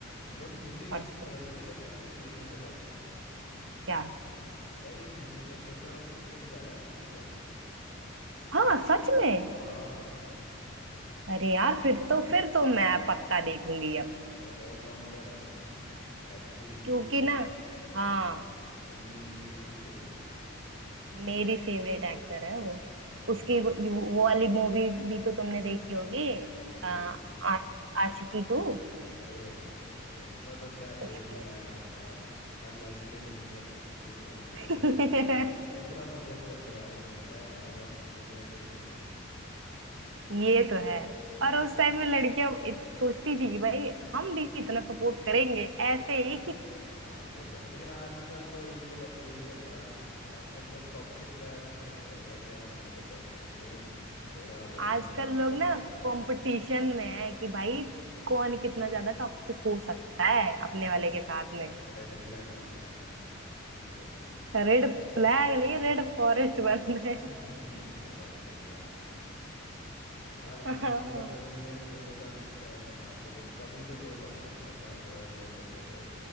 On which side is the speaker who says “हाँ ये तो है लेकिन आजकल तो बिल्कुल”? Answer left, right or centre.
Left